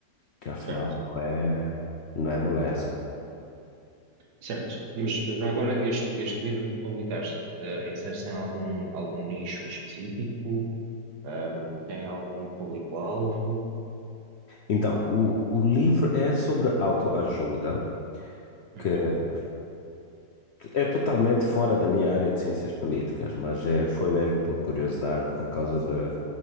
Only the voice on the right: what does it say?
certo.
Certo, mas já agora este, este livro que publicaste, eh, insere-se em algum, algum nicho em específico? Ahm, tem algum público-alvo?
Uhum,